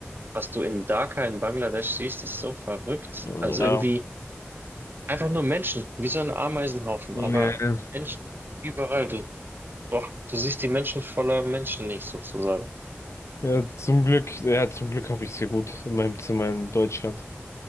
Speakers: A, on the right; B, on the left.
A: was du in Dhaka in Bangladesch siehst, ist so verrückt.
B: Ja.
A: Also irgendwie einfach nur Menschen, wie so ein Ameisenhaufen,
B: Ja,
A: aber
B: <laughs> ja.
A: Menschen überall. Du Doch, du siehst die Menschen voller Menschen nicht sozusagen.
B: Ja, zum Glück, ja, zum Glück habe ich es hier gut in meinem Zimmer in Deutschland.